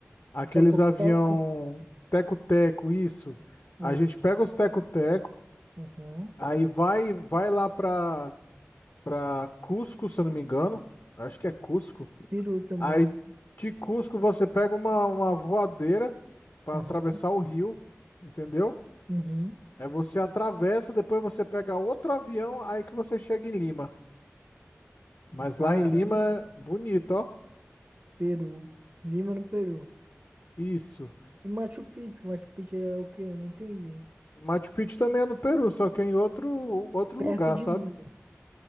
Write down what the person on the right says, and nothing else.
Teco-teco.
Hum,
Aham.
Peru também.
Aham.
Uhum.
Caramba.
Peru. Lima no Peru.
E Machu Picchu? Machu Picchu é o quê? Eu não entendi.
Perto
de
Lima.